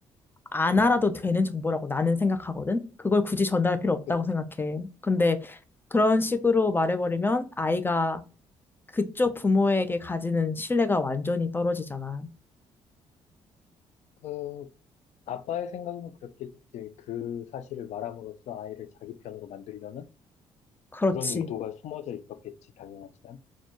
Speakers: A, on the left (about 15°); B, on the left (about 70°).
A: 안 알아도 되는 정보라고 나는 생각하거든? 그걸 굳이 전달할 필요 없다고
B: 그,
A: 생각해. 근데 그런 식으로 말해버리면 아이가 그쪽 부모에게 가지는 신뢰가 완전히 떨어지잖아.
B: 그, 아빠의 생각은 그렇겠지. 그 사실을 말함으로써 아이를 자기 편으로 만들려는
A: 그렇지.
B: 그런 의도가 숨어져 있었겠지, 당연하지만.